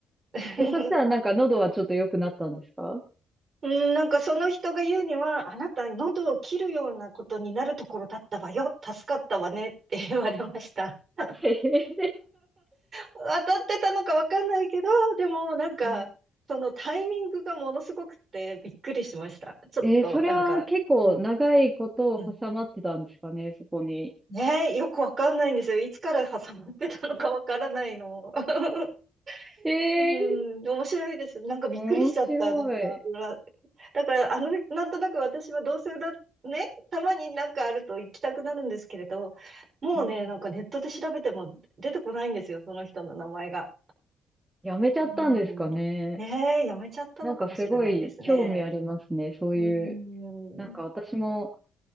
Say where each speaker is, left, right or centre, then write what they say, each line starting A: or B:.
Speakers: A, on the right; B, on the right.
A: <laughs>
B: え、そしたらなんか喉はちょっと良くなったんですか
A: うん、なんかその人が言うには、あなた喉を切るようなことになるところだったわよ。助かったわねって言われました。<laughs>
B: えへへ
A: 当たってたのかわかんないけど、でもなんか、
B: <laughs>
A: そのタイミングがものすごくてびっくりしました。ちょっとなんか、
B: えーそれは結構長いことを挟まってたんですかね、
A: うん、うん。
B: そこに。
A: ねえ、よくわかんないんですよ。いつから挟まってたのかわからないの。<laughs>
B: ええー
A: うん、面白いです。なんかびっくりしちゃった。
B: 面白い、
A: なんか、裏、だから、あの、なんとなく私はどうせ裏、ね、たまになんかあると行きたくなるんですけれど、もうね、
B: うん。
A: なんかネットで調べても出てこないんですよ、その人の名前が。
B: やめちゃったんですかね。
A: うん。ねえ、やめちゃったのかもしれないですね。
B: なんかすごい興味ありますね、そういう。
A: うん。
B: なんか私も、